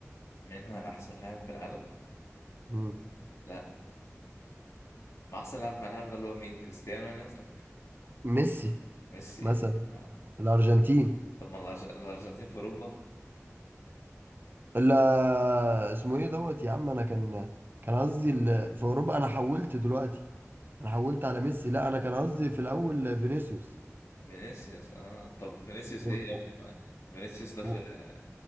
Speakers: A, on the left; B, on the right.
A: منها احسن لاعب في العالم
B: مم.
A: لا ما احسن لاعب في العالم ده اللي هو مين كريستيانو يعني قصدك
B: ميسي
A: ميسي
B: مثلا
A: ده. آه.
B: الأرجنتين
A: طب ما الأرج- الارجنتين في اوروبا
B: لا اسمه إيه دوت يا عم أنا كان كان قصدي ال- في أوروبا أنا حولت دلوقتي أنا حولت على ميسي لا أنا كان قصدي في الأول فينيسيوس
A: فينيسيوس اه طب فينيسيوس
B: وم-
A: ايه يا
B: و-
A: ابني ما فينيسيوس ده في
B: و-
A: ده